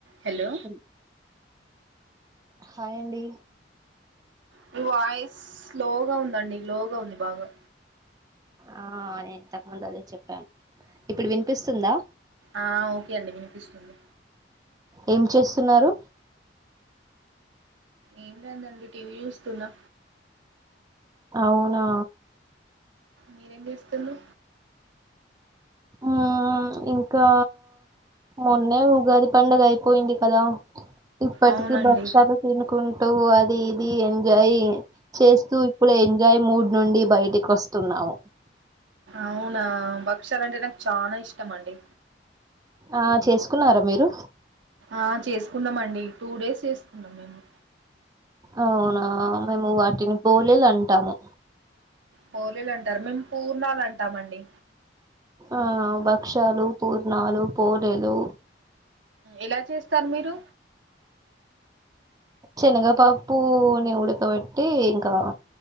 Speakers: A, on the right; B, on the right.
A: Hello
B: హల్ hi అండి
A: మీ వాయిస్ స్లోగా ఉందండి లోగా ఉంది బాగా
B: ఆ నేను ఇంతకుముందు అదే చెప్పాను ఇప్పుడు వినిపిస్తుందా
A: ఆ ఓకే అండి వినిపిస్తుంది
B: ఏం చేస్తున్నారు
A: ఏం లేదండి టీవీ చూస్తున్నా
B: అవునా
A: మీరెం చేస్తుండ్రు
B: ఆ ఆ ఆ ఇంకా మొన్నే ఉగాది పండుగ అయిపోయింది కదా ఇప్పటికి
A: అవునండి
B: భక్షలు తినుకుంటూ అది అది ఇది ఎంజాయ్ చేస్తూ ఇప్పుడు ఎంజాయ్ మూడ్ నుండి బయటికి వస్తున్నాము <inaudible>
A: అవునా భక్షాలు అంటే నాకు చానా ఇష్టం అండి
B: ఆ చేసుకున్నారా మీరు
A: ఆ చేసుకున్నామండి టూ డేస్ చేసుకున్నాం మేము
B: అవునా మేము వాటిని పోలేలు అంటాము
A: పోలేలు అంటారు మేము పూర్ణాలు అంటామండి
B: ఆ భక్షాలు పూర్ణాలు పోలేెలు
A: ఎలా చేస్తారు మీరు
B: శనగపప్పుని ఉడకబెట్టి ఇంకా